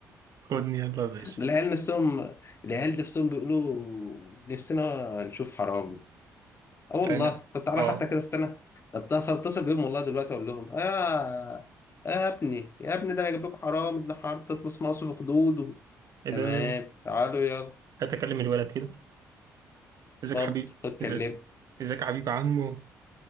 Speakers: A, on the right (about 60°); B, on the left (about 40°).
A: خدني يلا يا باشا
B: العيال نفسهم العيال نفسهم بيقولوا نفسنا نشوف حرام اه والله
A: يعني
B: طب تعالى
A: آه
B: حتى كده استنى اتصل اتصل بيهم والله دلوقتي اقول لهم يا يا ابني يا ابني ده انا جايب لكم حرام ابن حرام تطمس مصر في خدوده
A: إيه
B: تمام
A: ده
B: تعالوا يلا
A: أتكلم الولد كده إزيك
B: اتفضل
A: يا حبيبي
B: خد كلمه
A: إزيك ازيك يا حبيب عمو